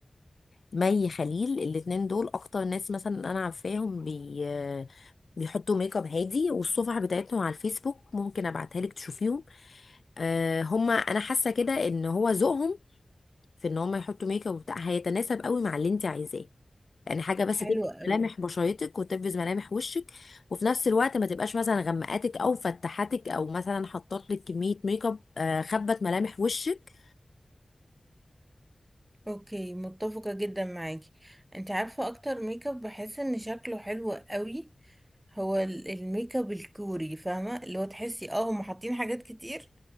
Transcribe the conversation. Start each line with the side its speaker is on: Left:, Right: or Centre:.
Left: مي خليل الاتنين دول اكتر ناس مثلا انا عارفاهم بي بيحطوا ميك اب هادي والصفح بتاعتهم على الفيسبوك ممكن ابعتها لك تشوفيهم آه هما انا حاسه كده ان هو ذوقهم في ان هما يحطوا ميك اب وبتاع هيتناسب قوي مع اللي انت عايزاه يعني حاجه بس
Right: حلو
Left: تبقى
Right: قوي.
Left: ملامح بشرتك وتبرز ملامح وشك وفي نفس الوقت ما تبقاش مثلا غمقاتك او فتحتك او مثلا حطت لك كميه ميك اب آه خبت ملامح وشك
Right: اوكي متفقة جدا معاكي انت عارفة اكتر ميك اب بحس ان شكله حلو قوي هو ال- الميك اب الكوري فاهمة اللي هو تحسي اه هم حاطين حاجات كتير